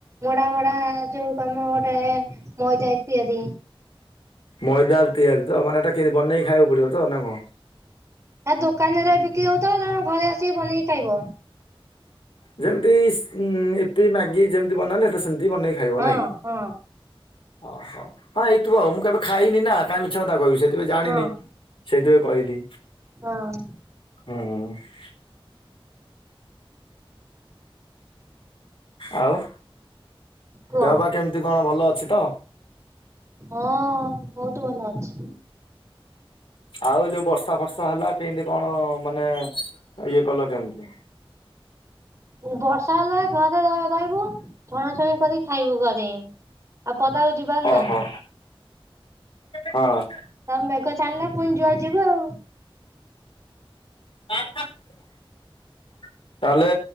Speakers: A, on the right; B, on the left.
A: ମଡା ମଡା ଯୋଉ ତମ ଗୋଟେ ମଇଦା ଇତ୍ୟାଦି।
B: ମଇଦାରେ ତିଆରି ତ ମାନେ ଏଟା କେ ବନେଇକି ଖାଇକୁ ପଡିବ ତ ନା କଣ?
A: ଆ ଦୋକାନରେ ବିକ୍ରି ହଉଥିବ ତମେ ଘରେ ଆସି ବନେଇକି ଖାଇବ।
B: ଯେମତି ଇସ୍ ଇପି, ମ୍ୟାଗି ଯେମତି ବନାତି ଏଇଟା ସେମିତି ବନେଇକି ଖାଇବ
A: ହଁ
B: ନାଇଁ କି?
A: ହଁ
B: ଓହୋ ହଁ ଏଇଥିବ ଆଉ ମୁଁ କେବେ ଖାଇନିନା କାଇଁ ମିଛ କଥା କହିବି, ସେ କେବେ ଜାଣିନି
A: ହଁ
B: ସେଇଥିପାଇଁ କହିଲି
A: ହଁ
B: ହୁଁ ହୁଁ। ଆଉ
A: କୁହ
B: ଦେହ ପା କେମିତି କଣ ଭଲ ଅଛି ତ?
A: ହଁ ବହୁତ ଭଲ ଅଛି।
B: ଆଉ ଯୋଉ ବର୍ଷା ଫର୍ଷା ହେଲା କେମିତି କଣ ମାନେ ଇଏ କଲ କେମିତି?
A: ବର୍ଷା ହେଲେ ଘରେ ର ରହିବୁ, ଛଣାଛଣି କରି ଖାଇବୁ ଘରେ। ଆଉ ପଦାକୁ ଯିବାର
B: ଓହୋ
A: ନାଇଁ।
B: ହଁ।
A: <unintelligible> ମେଘ ଛାଡ଼ିଲେ ପୁଣି ଯୁଆଡେ ଯିବୁ ଆଉ।
B: <unintelligible> ତାହେଲେ